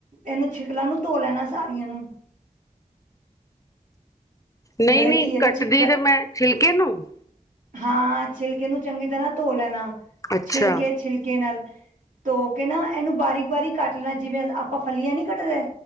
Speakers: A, on the right (about 65°); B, on the left (about 25°).
A: ਏਨੂੰ ਛਿਕਲਾਂ ਨੂੰ ਧੋ ਲੈਣਾ ਸਾਰੀਆਂ ਨੂੰ।
B: ਨਈ
A: ਜਿਹੜੇ
B: ਨਈ,
A: ਘੀਏ
B: ਕੱਟਦੀ
A: ਦੇ ਛਿੱਕਲ
B: ਤੇ ਮੈਂ ਛਿਲਕੇ ਨੂੰ।
A: ਹਾਂ, ਛਿਲਕੇ ਨੂੰ ਚੰਗੀ ਤਰ੍ਹਾਂ ਧੋ ਲੈਣਾ
B: ਅੱਛਾ
A: ਛਿਲਕੇ ਛਿਲਕੇ ਨਾਲ। ਧੋ ਕੇ ਨਾ ਏਨੂੰ ਬਾਰੀਕ ਬਾਰੀਕ ਕੱਟ ਲੈਣਾ ਜਿਵੇਂ ਆਪਾਂ ਫੱਲੀਆਂ ਨੀ ਕੱਟਦੇ।